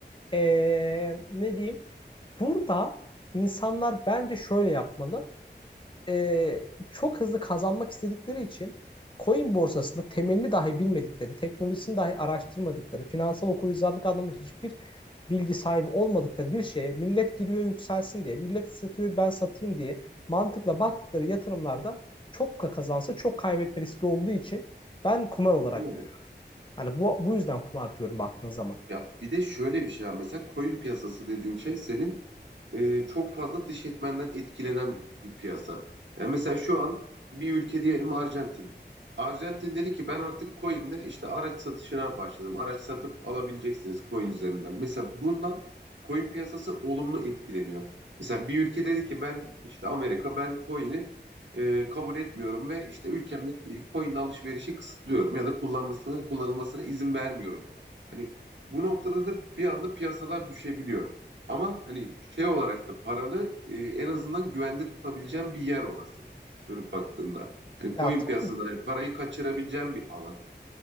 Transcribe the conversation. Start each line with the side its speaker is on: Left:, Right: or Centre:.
Left: e, ne diyeyim? Burada insanlar bence şöyle yapmalı e, çok hızlı kazanmak istedikleri için coin borsasında temelini dahi bilmedikleri, teknolojisini dahi araştırmadıkları, finansal okuryazarlık anlamında hiçbir bilgi sahibi olmadıkları bir şeye millet giriyor yükselsin diye, millet satıyor ben satayım diye mantıkla baktıkları yatırımlarda çok kazansa çok kaybetme riski olduğu için ben kumar olarak
Right: Doğru.
Left: görüyorum. Hani bu, bu yüzden kumar diyorum baktığın zaman.
Right: Ya bir de şöyle bir şey var. Mesela coin piyasası dediğin şey senin e, çok fazla dış etmenden etkilenen bir piyasa. Yani mesela şu an bir ülke diyelim Arjantin. Arjantin dedi ki ben artık coin'le işte araç satışına başladım. Araç satıp alabileceksiniz coin üzerinden. Mesela bundan coin piyasası olumlu etkileniyor. Mesela bir ülke dedi ki ben işte Amerika ben coin'i e, kabul etmiyorum ve işte ülkemde e, coin alışverişi kısıtlıyorum ya da kullanmasına kullanılmasına izin vermiyorum. Hani bu noktada da bir anda piyasalar düşebiliyor. Ama hani şey olarak da paranı e, en azından güvende tutabileceğin bir yer orası. Dönüp baktığında. Hani coin
Left: Ya tabii
Right: piyasasında hani parayı kaçırabileceğin bir alan.